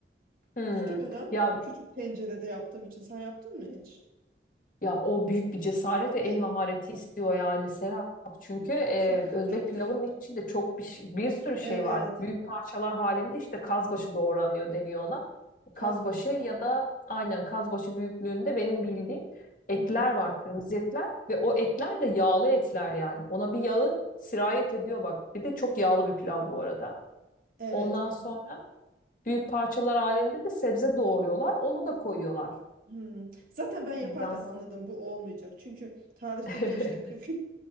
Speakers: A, on the right (about 55°); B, on the left (about 50°).
A: <laughs>
B: Hmm.
A: Muhtemelen
B: Ya
A: küçük tencerede yaptığım için. Sen yaptın mı hiç?
B: Ya o büyük bir cesaret ve el
A: Evet.
B: mahareti istiyor yani Serap. Çünkü
A: <laughs>
B: e, Özbek pilavının içinde çok bir, şey- bir sürü şey
A: Evet.
B: var. Büyük parçalar halinde işte kazbaşı doğranıyor deniyor ona.
A: Kazbaşı.
B: Kazbaşı ya da aynen kazbaşı büyüklüğünde benim bildiğim etler
A: Hmm.
B: var, kırmızı etler ve o etler de yağlı etler yani. Ona bir yağı sirayet ediyor bak. Bir de çok yağlı bir pilav bu arada.
A: Evet.
B: Ondan sonra büyük parçalar halinde de sebze doğruyorlar. Onu da koyuyorlar.
A: Hmm. Zaten ben yaparken
B: Bu biraz
A: anladım bu olmayacak. Çünkü tarifteki
B: <laughs>
A: işte 40